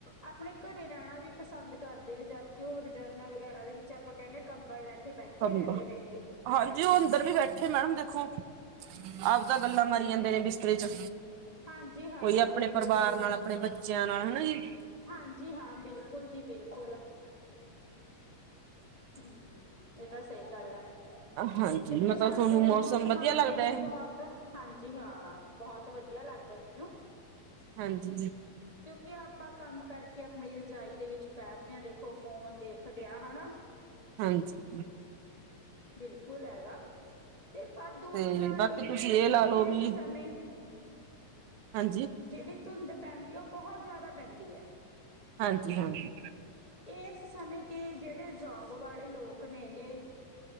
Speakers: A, on the left; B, on the right.
A: ਆਪਣੇ ਘਰੇ ਰਹਿਣਾ ਵੀ ਪਸੰਦ ਕਰਦੇ ਨੇ ਜਦਕਿ ਉਹ ਰਜਾਈਆਂ ਵਗੈਰਾ ਦੇ ਵਿੱਚ ਆਪਾਂ ਕਹਿੰਦੇ ਕੰਬਲ ਲੈ ਕੇ ਬੈਠੇ
B: ਹਾਂਜੀ
A: ਰਹਿੰਦੇ ਨੇਗੇ
B: ਉਹ ਅੰਦਰ ਵੀ ਬੈਠੇ ਮੈਡਮ ਦੇਖੋ। ਆਪ ਤਾਂ ਗੱਲਾਂ ਮਾਰੀ ਜਾਂਦੇ ਨੇ ਬਿਸਤਰੇ ਚ।
A: ਹਾਂਜੀ ਹਾਂ
B: ਕੋਈ ਆਪਣੇ
A: ਬਿਲਕੁਲ
B: ਪਰਿਵਾਰ
A: ਜੀ।
B: ਨਾਲ ਆਪਣੇ ਬੱਚਿਆਂ ਨਾਲ ਹਨਾ ਜੀ।
A: ਹਾਂਜੀ ਹਾਂ ਬਿਲਕੁਲ ਜੀ ਬਿਲਕੁਲ। ਹਮ ਇਹ ਤਾਂ ਸਹੀ ਗੱਲ ਹੈ।
B: ਹਾਂਜੀ
A: ਕਿਉਂਕਿ
B: ਮਤਲਬ
A: ਸਰਦੀ
B: ਤੁਹਾਨੂੰ
A: ਦਾ ਮੌਸਮ
B: ਵਧੀਆ
A: ਆਪਣੇ
B: ਲੱਗਦਾ
A: ਲਈ
B: ਹੈ
A: ਬਹੁਤ ਹਾਂਜੀ ਹਾਂ। ਬਹੁਤ ਵਧੀਆ ਲੱਗਦਾ ਮੈਨੂੰ।
B: ਹਾਂਜੀ।
A: ਕਿਉਂਕਿ ਆਪਾਂ ਕੰਮ ਕਰਕੇ ਆਪਣੀ ਰਜਾਈ ਦੇ ਵਿੱਚ ਬੈਠਦੇ ਹਾਂ ਦੇਖੋ ਫੋਨ ਦੇਖਦੇ ਹਾਂ ਹਨਾ।
B: ਹਾਂਜੀ।
A: ਬਿਲਕੁਲ ਹੈਗਾ ਅਤੇ ਪਰ ਦੂਸਰਾ
B: ਤੇ ਬਾਕੀ
A: ਇਹ
B: ਤੁਸੀਂ
A: ਵੀ ਹੈ ਕਿ
B: ਲਾ ਲਓ
A: ਇਸ
B: ਵੀ
A: ਸਮੇਂ
B: ਹਾਂਜੀ।
A: ਜਿਹੜੀ ਧੁੰਦ ਪੈਂਦੀ ਹੈ ਉਹ ਬਹੁਤ ਜ਼ਿਆਦਾ ਪੈਂਦੀ ਹੈ।
B: ਹਾਂਜੀ ਹਾਂਜੀ
A: ਇਸ ਸਮੇ ਕ ਜਿਹੜੇ ਜੋਬ ਵਾਲੇ ਲੋਕ ਨੇ ਗੇ